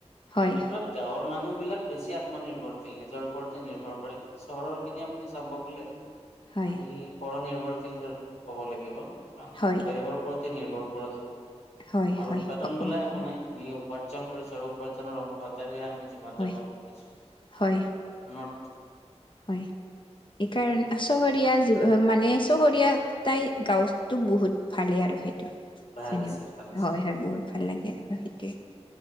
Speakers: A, on the left (about 45°); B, on the left (about 80°).
A: হয়
B: এই ক্ষেত্ৰত গাঁৱৰ মানুহবিলাক বেছি আত্মনিৰ্ভৰশীল। নিজৰ ওপৰতে নিৰ্ভৰ কৰে। কিন্তু চহৰৰখিনি আপুনি চাব গ'লে
A: হয়
B: আমি পৰ-নিৰ্ভৰশীলটো কব লাগিব। কাৰণ
A: হয়
B: বেলেগৰ ওপৰতে নিৰ্ভৰ কৰোঁ আৰু
A: হয় হয়
B: উৎপাদন
A: অ
B: বোলা
A: অ
B: একো
A: হয়
B: নাই। আমি উপাৰ্জন কৰিছোঁ আৰু উপাৰ্জনৰ অংশ এটাৰহে আমি জীৱন -
A: হয়
B: যাপন কৰি আছোঁ।
A: হয়
B: <unintelligible>
A: হয়। এইকাৰণে চহৰীয়া জীৱ- মানে চহৰীয়া তাই গাঁৱতটো বহুত ভালেই আৰু সেইটো
B: ভাল
A: যেনিবা।
B: আছে ভাল আছে
A: হয় - হয় বহুত ভাল লাগে আৰু, সেইটোৱে।